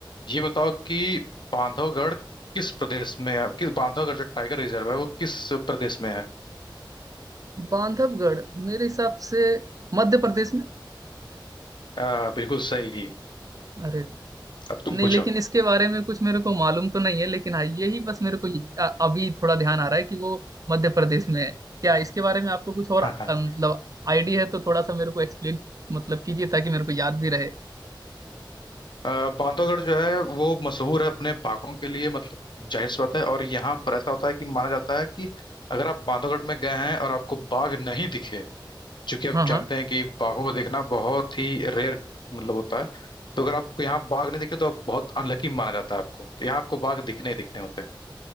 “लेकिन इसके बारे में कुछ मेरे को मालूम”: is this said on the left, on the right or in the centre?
Right